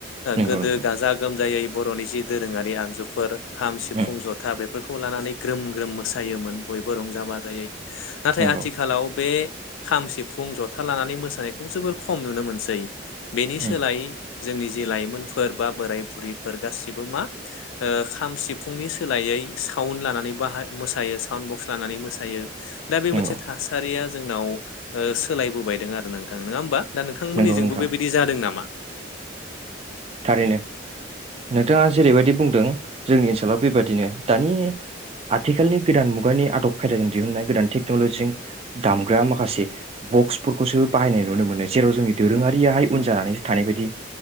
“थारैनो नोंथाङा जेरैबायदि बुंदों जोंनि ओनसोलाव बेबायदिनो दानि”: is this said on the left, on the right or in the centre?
Right